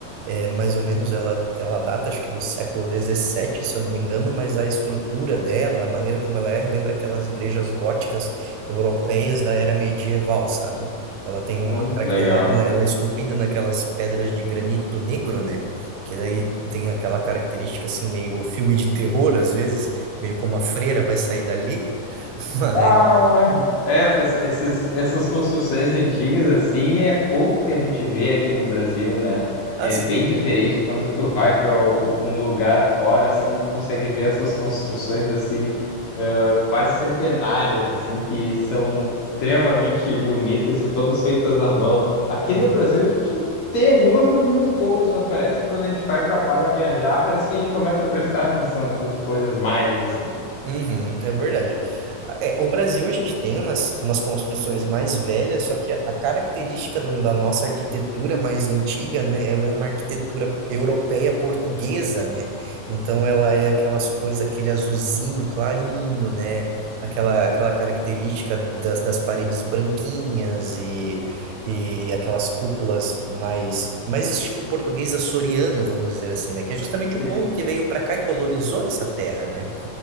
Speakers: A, on the right; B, on the left.
A: é, mais ou menos ela, ela data, acho que do século dezessete se eu não me engano, mas a estrutura dela, a maneira como ela é, lembra aquelas igrejas góticas europeias da era medieval, sabe? Ela tem
B: muito
A: uma característica,
B: legal.
A: ela ela é esculpida naquelas pedras de granito negro, né? Que daí tem aquela característica assim, meio filme de terror, às vezes, meio como a freira vai sair dali, <laughs> mas
B: Ah, essas, esses, essas construções antigas, assim, é pouco que a gente vê aqui no Brasil, né?
A: assim,
B: É bem diferente
A: né?
B: quando tu vai para algum lugar fora, assim, tu consegue ver essas construções, assim, ah, quase centenárias, assim, que são extremamente bonitas e todas feitas à mão. Aqui
A: Uhum.
B: no Brasil, a gente tem algumas, mas muito poucas, mas parece que quando a gente vai para fora viajar, parece que a gente começa a prestar atenção nessas coisas mais, assim.
A: Uhum, é verdade. Ah, É, o Brasil, a gente tem umas, umas construções mais velhas, só que a, a característica do- da nossa arquitetura mais antiga, né, ela é uma arquitetura europeia portuguesa, né? Então ela é aquelas cores, aquele azulzinho clarinho, né? Aquela, aquela característica das, das paredes branquinhas e, e aquelas cúpulas mais, mais estilo português açoriano, vamos dizer assim, né? Que é justamente o
B: Sim,
A: povo que veio para cá e colonizou essa terra, né?